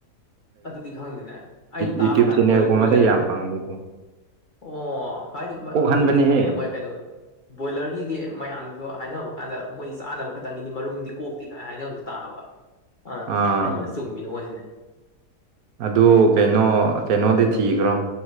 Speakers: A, on the left; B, on the right.
A: ꯑꯗꯨꯗꯤ ꯈꯪꯗꯦꯅ ꯑꯩꯅ
B: ꯌꯨꯇ꯭ꯌꯨꯕ
A: ꯇꯥꯕ ꯀꯥꯟꯗ
B: ꯆꯦꯅꯦꯜꯒꯨꯝꯕꯗ
A: ꯕꯣꯏꯂꯔ
B: ꯌꯥꯝ ꯐꯪꯉꯦ
A: ꯑꯣ ꯍꯥꯏꯗꯤ
B: ꯀꯣꯛꯍꯟꯕꯅꯦꯍꯦ
A: ꯑꯗꯨꯕꯨꯗꯤ ꯈꯪꯉꯤꯅꯦ ꯃꯣꯏ ꯀꯩꯅꯣ ꯕꯣꯏꯂꯔꯒꯤꯗꯤ ꯃꯌꯥꯝꯅꯁꯨ ꯍꯥꯏꯅꯕ ꯀꯥꯟꯗ ꯃꯣꯏꯁꯤ ꯆꯥꯅꯕ ꯈꯛꯇꯪꯒꯤꯅꯤ ꯃꯔꯨꯝꯗꯤ ꯀꯣꯛꯇꯦ ꯀꯥꯏ ꯍꯥꯏꯅꯕꯗꯨ ꯇꯥꯕ ꯑꯗ
B: ꯑꯥ
A: ꯀꯔꯝꯕꯅ ꯆꯨꯝꯃꯤꯅꯣ ꯁꯤꯅꯦ
B: ꯑꯗꯨ ꯀꯩꯅꯣ ꯀꯩꯅꯣꯗꯤ ꯊꯤꯈ꯭ꯔꯣ